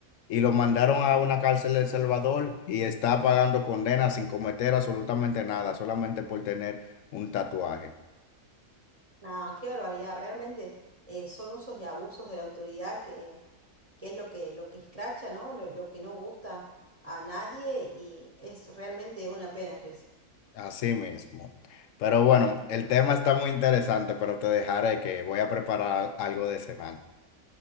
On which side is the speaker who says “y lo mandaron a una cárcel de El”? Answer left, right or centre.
Left